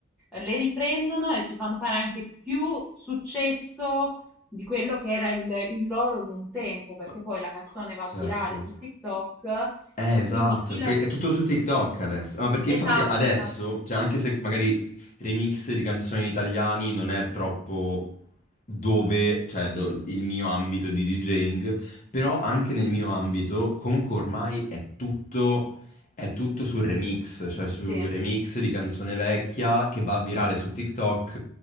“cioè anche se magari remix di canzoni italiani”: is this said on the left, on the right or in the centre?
Left